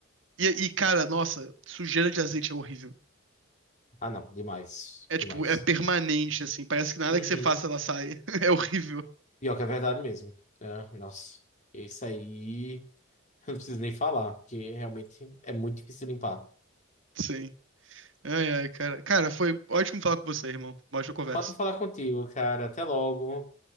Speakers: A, on the right; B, on the left.
A: E, e, cara, nossa, sujeira de azeite é horrível.
B: Ah, não, demais,
A: É tipo,
B: demais.
A: é permanente, assim. Parece que nada
B: Uhum.
A: que você faça ela sai. <laughs> É horrível.
B: Pior que é verdade mesmo. É, nossa, isso aí <laughs> eu não preciso nem falar, porque realmente é muito difícil limpar.
A: Sim. Ai, ai, cara. Cara, foi ótimo falar com você, irmão. Uma ótima conversa.
B: Pode falar contigo, cara. Até logo.